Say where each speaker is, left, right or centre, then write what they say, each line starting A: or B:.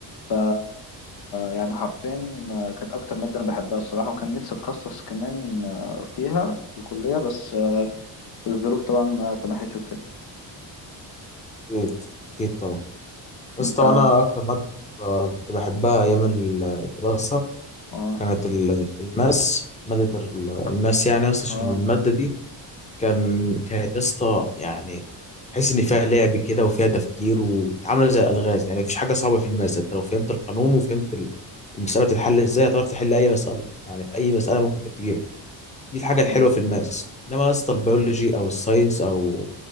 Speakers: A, on the left (about 55°); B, on the left (about 15°).
A: ف يعني حرفيا آه، كانت أكتر مادة أنا بحبها الصراحة وكان نفسي أتخصص كمان آه، فيها في الكلية بس آه، الظروف طبعا ما سمحتش وكده
B: اكيد اكيد طبعا يا
A: أنت
B: اسطى
A: آه
B: وانا اكتر ماده آه، كنت بحبها ايام الدراسه
A: آه
B: كانت ال- الماس ماده ال- الماس يعني يا اسطى عشان
A: آه
B: الماده دي كان
A: آه،
B: كانت يا اسطى يعني تحس ان فيها لعب كده وفيها تفكير وعامله زي الالغاز يعني مفيش حاجه صعبه في الماس انت لو فهمت القانون وفهمت ال- المساله بتتحل ازاي هتعرف تحل اي مساله يعني في اي مساله ممكن تجيلك دي الحاجه الحلوه
A: آه،
B: في الماس انما يا اسطى البيولوجي او الساينس او